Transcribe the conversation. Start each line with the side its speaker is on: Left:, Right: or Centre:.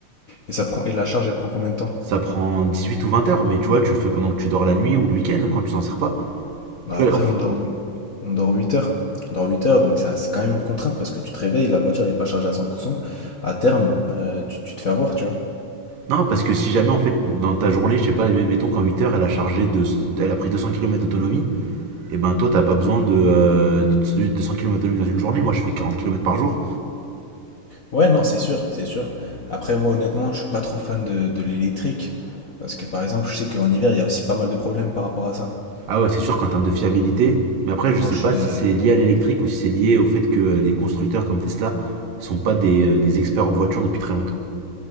Left: Et ça prend et la charge elle prend combien de temps?
Right: Ça prend 18 ou 20 heures, mais tu vois, tu le fais pendant que tu dors la nuit ou le week-end quand tu t'en sers pas.
Left: Bah
Right: Tu
Left: après
Right: vois, enfin-
Left: on dort. On dort 8 heures. On dort 8 heures, donc ça- c'est quand même une contrainte parce que tu te réveilles, la voiture n'est pas chargée à 100%. À terme, euh, tu, tu te fais avoir, tu vois.
Right: non, parce que si jamais, en fait, dans ta journée, je sais pas, mettons qu'en 8 heures, elle a chargé de, elle a pris 200 kilomètres d'autonomie, et ben toi, t'as pas besoin de, euh, de 200 kilomètres d'autonomie dans une journée. Moi, je fais 40 kilomètres par jour.
Left: Ouais, non, c'est sûr, c'est sûr. Après, moi, honnêtement, je suis pas trop fan de, de l'électrique parce que, par exemple, je sais qu'en hiver, il y a aussi pas mal de problèmes par rapport à ça.
Right: Ah ouais, c'est sûr qu'en termes de fiabilité, mais après,
Left: Moi,
Right: je sais
Left: je
Right: pas
Left: suis
Right: si
Left: de...
Right: c'est lié à l'électrique ou si c'est lié au fait que euh, les constructeurs comme Tesla sont pas des, euh, des experts en voiture depuis très longtemps.